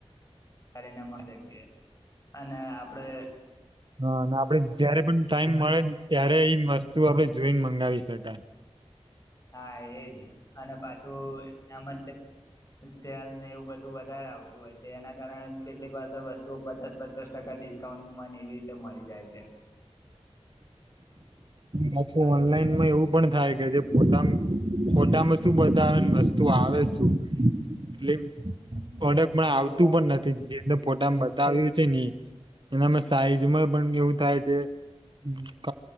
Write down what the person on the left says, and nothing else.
<unintelligible> અને આપણે
હા એજ અને પાછું એમજ સેલ ને એવું બધું વધારે આવતું હોય છે. એના કારણે કેટલીક વાર તો વસ્તુઓ પચાસ પચાસ ટકા ડિસ્કાઉન્ટમાંને એવી રીતે મળી જાય છે.
હા
એવું થાય